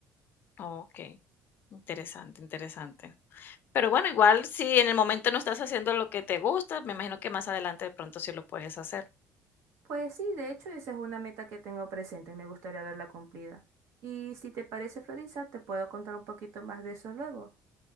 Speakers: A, on the left (about 40°); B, on the right (about 60°).
A: Ok, interesante, interesante. Pero bueno, igual si en el momento no estás haciendo lo que te gusta, me imagino que más adelante de pronto sí lo puedes hacer.
B: Pues sí, de hecho esa es una meta que tengo presente y me gustaría verla cumplida. Y si te parece, Florisa, te puedo contar un poquito más de eso luego.